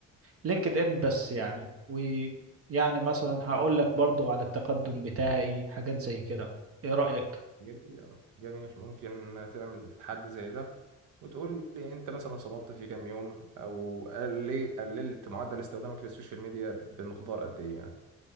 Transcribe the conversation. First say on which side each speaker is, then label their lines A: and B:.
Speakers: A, on the right; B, on the right.
A: لينكد ان بس يعني ويعني مثلا هقول لك برضو على التقدم بتاعي حاجات زي كده ايه رأيك
B: جميل أوي. جميل ممكن تعمل تحدي زي ده وتقول لي انت مثلا صمدت في كام يوم او قلي قللت معدل استخدامك للسوشيال ميديا بمقدار قد ايه يعني